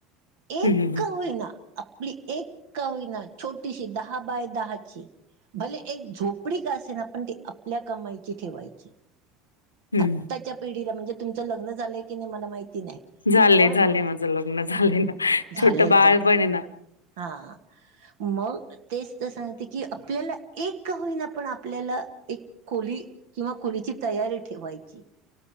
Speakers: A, on the right (about 65°); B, on the left (about 80°).
A: एक
B: हं, हं.
A: का होईना. आपली एक होईना. छोटीशी दहा बाय दहाची भले एक झोपडी का असे ना. पण ती आपल्या कमाइची ठेवायची.
B: हं.
A: आत्ताच्या पिढीला, म्हणजे तुमचं लग्न झालंय की नाही, मला माहिती नाही.
B: झालय,
A: पण
B: झालय. माझं लग्न झालंय ना.
A: झालंय
B: छोट बाळ
A: का?
B: पणय ना.
A: हा मग तेच तर सांगते की, आपल्याला एक होईना पण आप आपल्याला, एक खोली किंवा खोलीची तयारी ठेवायची.